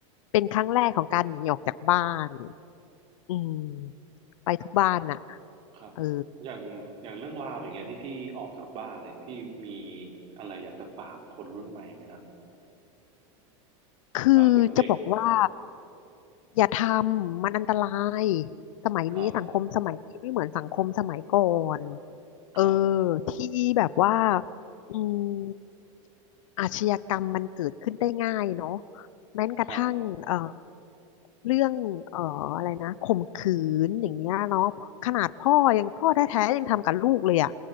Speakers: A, on the left (about 70°); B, on the right (about 30°).
A: เป็นครั้งแรกของการหนีออกจากบ้านอืมไปทุกบ้านน่ะ
B: ครับ
A: เออ
B: อย่างอย่างเรื่องราวอย่างเงี้ยที่พี่ออกจากบ้านอะไรีพี่มีอะไรอยากจะฝากคนรุ่นใหม่ไหมครับ
A: คือจะบอกว่า
B: ฝากเด็ก
A: อย่าทำมันอันตราย
B: ๆครับ
A: สมัยนี้สังคมสมัยนี้ไม่เหมือนสังคมสมัยก่อนเออ
B: ครับ
A: ที่แบบว่าอืมอาชญากรรมมันเกิดขึ้นได้ง่ายเนาะแม้กระทั่งเอ่อ
B: ครับ
A: เรื่องเอ่ออะไรนะข่มขืนอย่างเงี้ยเนาะขนาดพ่อยังพ่อแท้ๆยังทำกับลูกเลยอ่ะ